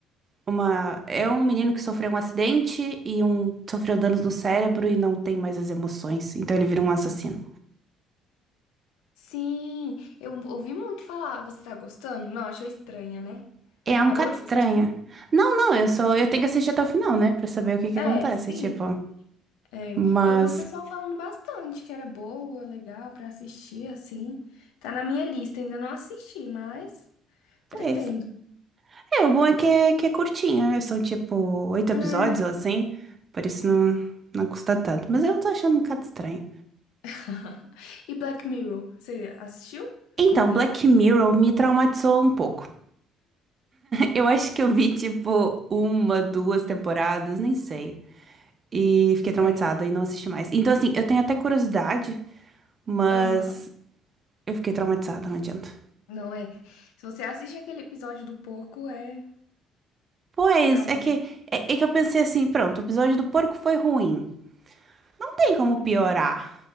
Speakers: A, on the right; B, on the left.
A: uma é um menino que sofreu um acidente e um sofreu danos no cérebro e não tem mais as emoções, então ele vira um assassino.
B: Sim, eu ouvi muito falar. Você tá gostando? Não, achou estranha, né?
A: É
B: Parou
A: um bocado
B: de
A: estranha.
B: assistir?
A: Não, não, eu sou eu tenho que assistir até o final, né, Pra saber o que que
B: É,
A: acontece,
B: sim.
A: tipo,
B: É,
A: mas
B: eu vi o pessoal falando bastante que era boa, legal pra assistir, assim. Tá na minha lista, ainda não assisti, mas
A: pois.
B: pretendo.
A: É, o bom é que é, que é curtinha, são tipo oito episódios
B: É.
A: ou assim, por isso não não custa tanto, mas eu tô achando um bocado estranho.
B: <laughs> E Black Mirror, você assistiu? Acompanhou?
A: Então, Black Mirror me traumatizou um pouco. Eu acho que eu vi, tipo, uma, duas temporadas, nem sei. E fiquei traumatizada
B: É.
A: e não assisti mais. Então, assim, eu tenho até curiosidade, mas
B: Aham,
A: eu fiquei traumatizada, não adianta.
B: Não é. Se você assiste aquele episódio do porco, é
A: Pois,
B: trauma.
A: é que, é, é que eu pensei assim, pronto, o episódio do porco foi ruim. Não tem como piorar.
B: Uhum.